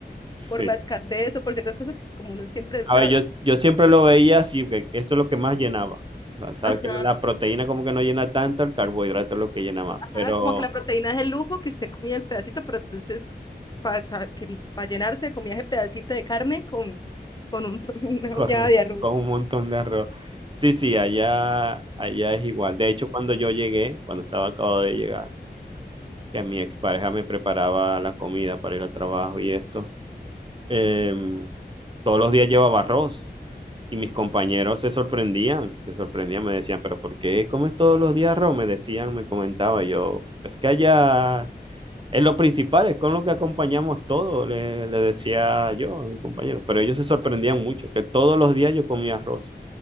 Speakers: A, on the right; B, on the left.
A: sí.
B: por la escasez o por ciertas cosas, como uno siempre,
A: A
B: o sea,
A: ver, yo, yo siempre lo veía así, que eso es lo que más llenaba. O sea, sabes
B: ajá,
A: que la proteína como que no llena tanto, el carbohidrato es lo que llena más.
B: ajá,
A: Pero
B: como que la proteína es el lujo que usted comía el pedacito, pero entonces para llenarse comía ese pedacito de carne con, con un- <laughs> una
A: Correcto,
B: olla de arroz.
A: con un montón de arroz. Sí, sí, allá, allá es igual. De hecho, cuando yo llegué, cuando estaba acabado de llegar, que mi expareja me preparaba la comida para ir al trabajo y esto, em, todos los días llevaba arroz y mis compañeros se sorprendían, se sorprendían, me decían, pero ¿por qué comes todos los días arroz? Me decían, me comentaba yo, es que allá es lo principal, es con lo que acompañamos todo, le, le decía yo a mis compañeros, pero ellos se sorprendían mucho, que todos los días yo comía arroz.